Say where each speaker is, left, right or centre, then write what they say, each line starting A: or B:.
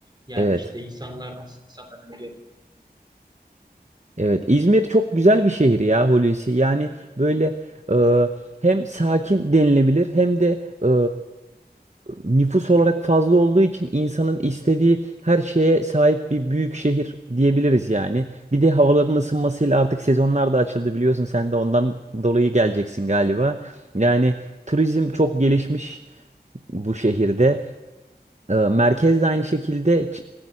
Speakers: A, on the right; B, on the right.
A: Yani
B: Evet.
A: işte insanlar nasıl, insanlar neler yapıyor.
B: Evet. İzmir çok güzel bir şehir ya Hulusi. Yani böyle e, hem sakin denilebilir hem de e, nüfus olarak fazla olduğu için insanın istediği her şeye sahip bir büyük şehir diyebiliriz yani. Bir de havaların ısınmasıyla artık sezonlar da açıldı biliyorsun sen de ondan dolayı geleceksin galiba. Yani turizm çok gelişmiş. bu şehirde. E, merkez de aynı şekilde, ç-